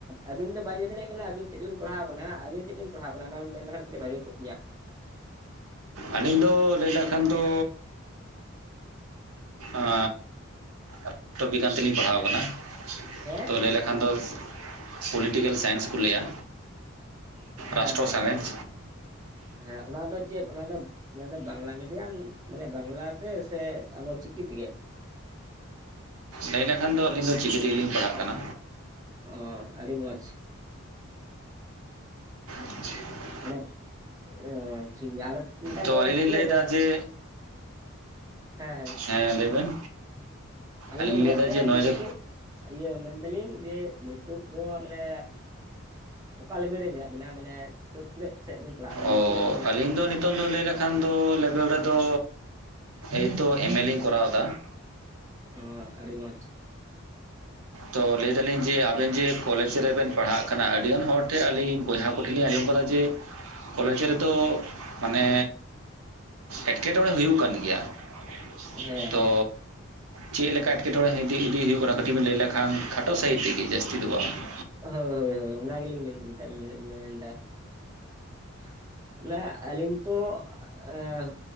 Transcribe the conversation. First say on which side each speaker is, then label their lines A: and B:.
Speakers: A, on the right (about 15°); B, on the right (about 80°).
A: ᱟᱹᱵᱤᱱ ᱫᱚ ᱵᱟᱧ ᱞᱟᱹᱭ ᱫᱟᱲᱮᱭᱟᱜ ᱠᱟᱱᱟ ᱟᱹᱵᱤᱱ ᱪᱮᱫ ᱵᱤᱱ ᱯᱟᱲᱦᱟᱣ ᱠᱟᱱᱟ ᱟᱹᱵᱤᱱ ᱪᱮᱫ ᱵᱤᱱ ᱯᱟᱲᱦᱟᱣ ᱠᱟᱱᱟ ᱚᱱᱟᱵᱤᱱ ᱢᱮᱱ ᱞᱮᱠᱷᱟᱱ ᱠᱟᱹᱴᱤᱡ ᱵᱷᱟᱹᱜᱤ ᱠᱚᱜ ᱜᱮᱭᱟ?
B: ᱟᱹᱞᱤᱧ ᱫᱚ ᱞᱟᱹᱭ ᱞᱮᱠᱷᱟᱱ ᱫᱚ ᱮᱸ ᱨᱟᱥᱴᱚᱵᱤᱜᱟᱱ ᱛᱮᱞᱤᱧ ᱯᱟᱲᱦᱟᱣ ᱠᱟᱱᱟ᱾
A: ᱦᱮᱸ,
B: ᱛᱚ ᱞᱟᱹᱭ ᱞᱮᱠᱷᱟᱱ ᱫᱚ ᱯᱚᱞᱤᱴᱤᱠᱮᱞ ᱥᱟᱭᱮᱱᱥ ᱠᱚ ᱞᱟᱹᱭᱟ᱾
A: ᱦᱮᱸ
B: ᱨᱟᱥᱴᱨᱚ
A: ᱦᱮᱸ
B: ᱥᱟᱸᱬᱮᱥ,
A: ᱦᱮᱸ ᱚᱱᱟ ᱫᱚ ᱪᱮᱫ ᱚᱱᱟ ᱫᱚ ᱚᱱᱟ ᱫᱚ ᱵᱟᱝᱞᱟ ᱢᱤᱰᱤᱭᱟᱢ ᱢᱟᱱᱮ ᱵᱟᱝᱞᱟ ᱛᱮ ᱥᱮ ᱟᱵᱚ ᱪᱤᱠᱤ ᱛᱮᱜᱮ?
B: ᱞᱟᱹᱭ ᱞᱮᱠᱷᱟᱱ ᱫᱚ ᱟᱹᱞᱤᱧ ᱫᱚ ᱪᱤᱠᱤ ᱛᱮᱜᱮᱞᱤᱧ ᱯᱟᱲᱦᱟᱜ ᱠᱟᱱᱟ᱾
A: ᱚ ᱟᱹᱰᱤ ᱢᱚᱡᱽ,
B: <unintelligible>
A: ᱢᱟᱱᱮ ᱚ ᱴᱷᱤᱠ ᱧᱟᱢ ᱮᱫ ᱠᱤᱱ ᱛᱟᱦᱮᱱ
B: ᱛᱚ
A: ᱜᱮᱭᱟ
B: ᱟᱹᱞᱤᱧ
A: ᱟᱫᱚ ᱫᱚ <unintelligible> ᱛ
B: ᱞᱤᱧ ᱞᱟᱹᱭᱫᱟ
A: ᱨᱮ
B: ᱡᱮ
A: ᱦᱮᱸ
B: ᱦᱮᱸ ᱾ ᱞᱟᱹᱭ ᱵᱮᱱ?
A: ᱟᱞᱮ
B: ᱟᱹᱞᱤᱧ
A: ᱞᱮ ᱢᱮᱱᱮᱫ
B: ᱞᱟᱹᱭᱫᱟ
A: ᱛᱟᱦᱮᱸ
B: ᱡᱮ ᱱᱚᱜᱼᱚᱭ
A: ᱱᱤᱛᱚᱜ
B: ᱡᱮ
A: ᱤᱭᱟᱹ ᱢᱮᱱᱫᱟ ᱞᱤᱧ ᱡᱮ ᱱᱤᱛᱳᱜ ᱫᱚ ᱢᱟᱱᱮᱼᱼ ᱚᱠᱟ ᱞᱮᱵᱮᱞ ᱨᱮ ᱢᱮᱱᱟᱜ ᱵᱤᱱᱟ ᱾ ᱢᱟᱱᱮ ᱛᱚ ᱛᱤᱱᱟᱹᱜ ᱥᱮᱫ ᱵᱮᱱ ᱯᱟᱲᱦᱟᱜ ᱠᱟᱱᱟ ᱢᱟᱱᱮ
B: ᱚ
A: ᱛᱤᱱᱟᱹᱜ ᱨᱮ ᱢᱮᱱᱟᱜ
B: ᱟᱹᱞᱤᱧ
A: ᱵᱤᱱᱟ ᱾
B: ᱫᱚ ᱱᱤᱛᱚᱝ ᱫᱚ ᱞᱟᱹᱭ ᱞᱮᱠᱷᱟᱱ ᱫᱚ ᱞᱮᱵᱮᱞ ᱨᱮᱫᱚ ᱮᱛᱚ ᱮᱢᱹᱮ ᱤᱧ ᱠᱚᱨᱟᱣ ᱮᱫᱟ ᱾
A: ᱚ ᱟᱹᱰᱤ ᱢᱚᱡᱽ ᱾
B: ᱛᱚ ᱞᱟᱹᱭ ᱫᱟᱞᱤᱧ ᱡᱮ ᱟᱵᱮᱱ ᱡᱮ ᱠᱚᱞᱮᱡᱽ ᱨᱮ ᱵᱮᱱᱼᱼ ᱯᱟᱲᱦᱟᱜ ᱠᱟᱱᱟ ᱟᱹᱰᱤ ᱜᱟᱱ ᱦᱚᱲ ᱴᱷᱮᱱ ᱟᱹᱞᱤᱧ ᱵᱚᱭᱦᱟ ᱠᱚᱴᱷᱮᱱ ᱞᱤᱧ ᱟᱸᱡᱚᱢ ᱟᱠᱟᱫᱟ ᱡᱮᱼᱼ ᱠᱚᱞᱮᱡᱽ ᱨᱮᱫᱚ ᱢᱟᱱᱮ ᱮᱴᱠᱮᱴᱚᱬᱮ ᱦᱩᱭᱩᱜ ᱠᱟᱱ ᱜᱮᱭᱟ ᱾
A: ᱦᱮᱸ
B: ᱛᱚ
A: ᱦᱮᱸ
B: ᱪᱮᱫ ᱞᱮᱠᱟ ᱮᱴᱠᱮᱴᱚᱬᱮ ᱤᱫᱤ ᱤᱫᱤ ᱦᱩᱭᱩᱜ ᱠᱟᱱᱟ ᱠᱟᱹᱴᱤᱡ ᱵᱮᱱ ᱞᱟᱹᱭ ᱞᱮᱠᱷᱟᱱᱼᱼ ᱠᱷᱟ ᱠᱷᱟᱴᱚ ᱥᱟᱹᱦᱤᱡ ᱛᱮᱜᱮ ᱡᱟᱹᱥᱛᱤ ᱫᱚ ᱵᱟᱝᱟ ᱾
A: ᱦᱳᱭ ᱦᱳᱭ ᱦᱳᱭ ᱚᱱᱟ ᱜᱮᱞᱤᱧ ᱢᱮᱱᱮᱛᱟ ᱢᱮᱱᱫᱟ ᱾ ᱢᱟᱱᱮ ᱟᱹᱞᱤᱧ ᱛᱚ ᱮᱸᱜ